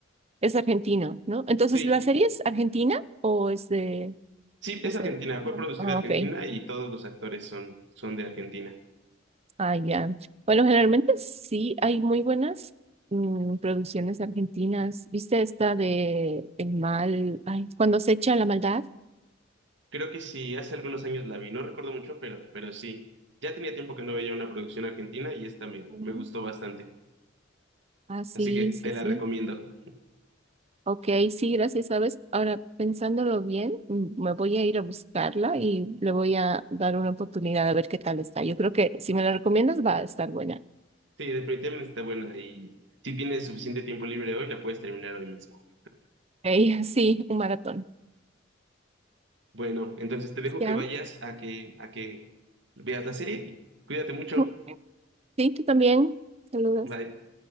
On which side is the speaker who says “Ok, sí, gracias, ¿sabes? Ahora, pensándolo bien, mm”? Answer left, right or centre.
Right